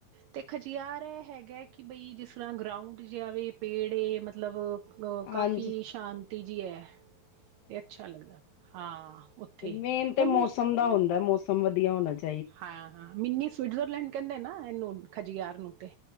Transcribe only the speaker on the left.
ਹਾਂਜੀ
ਮੇਨ ਤੇ
ਮੌਸਮ ਹੁੰਦਾ ਏ ਮੌਸਮ ਵਧੀਆ ਹੋਨਾ ਚ